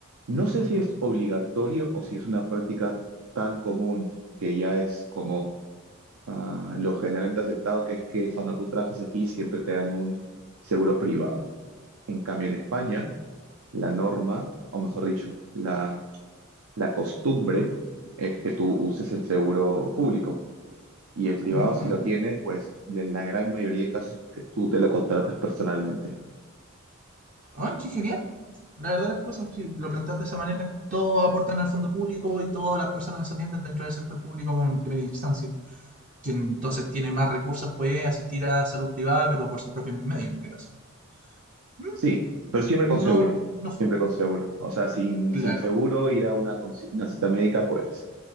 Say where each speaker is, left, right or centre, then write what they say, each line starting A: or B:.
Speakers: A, on the right; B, on the right.
A: no sé si es obligatorio o si es una práctica tan común que ya es como ah, lo generalmente aceptado, que es que cuando tú trabajas aquí siempre te dan un seguro privado. En cambio, en España, la norma, o mejor dicho, la, la costumbre es que tú uses el seguro público. Y el privado,
B: Mm.
A: si lo tienes, pues en la gran mayoría de casos es que tú te lo contratas personalmente.
B: ¡Ay, qué genial! La verdad las cosas, si lo planteas de esa manera, todos aportan al fondo público y todas las personas se atienden dentro del sector público en primera instancia. Quien entonces tiene más recursos puede asistir a la salud privada, pero por sus propios medios en este caso. ¿Mm?
A: Sí, pero siempre con seguro,
B: No, no,
A: siempre con seguro. O sea, sin,
B: claro.
A: sin seguro, ir a una, consi- una cita médica, pues